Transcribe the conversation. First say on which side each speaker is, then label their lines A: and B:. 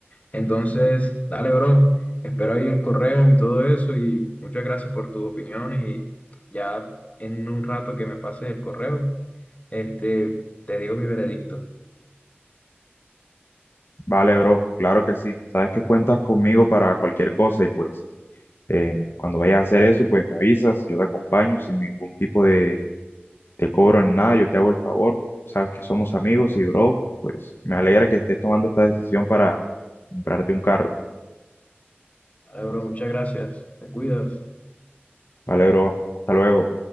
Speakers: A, on the left; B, on the left.
A: Entonces, dale, bro. Espero ahí el correo y todo eso. Y muchas gracias por tu opinión. Y ya en un rato que me pases el correo, este, te digo mi veredicto.
B: Vale, bro, claro que sí. Sabes que cuentas conmigo para cualquier cosa y pues em, cuando vayas a hacer eso, pues me avisas, yo te acompaño sin ningún tipo de te cobro ni nada, yo te hago el favor, porque sabes que somos amigos y bro, pues me alegra que estés tomando esta decisión para comprarte un carro.
A: Dale, bro. Muchas gracias. Te cuidas.
B: Vale, bro, hasta luego.